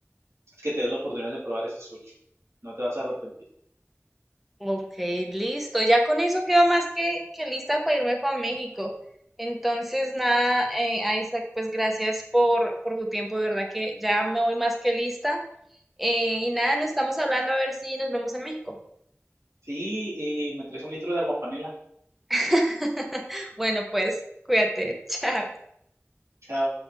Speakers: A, on the right (about 80°); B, in the centre.
A: es que te des la oportunidad de probar ese sushi. No te vas a arrepentir.
B: Ok, listo. Ya con eso quedo más que, que lista para irme para México. Entonces, nada, eh, Isaac, pues gracias por, por tu tiempo, de verdad que ya me voy más que lista. Eh, y nada, nos estamos hablando a ver si nos vemos en México.
A: Sí, y me traes un litro de agua panela.
B: <laughs> Bueno, pues cuídate, <laughs> chao.
A: Chao.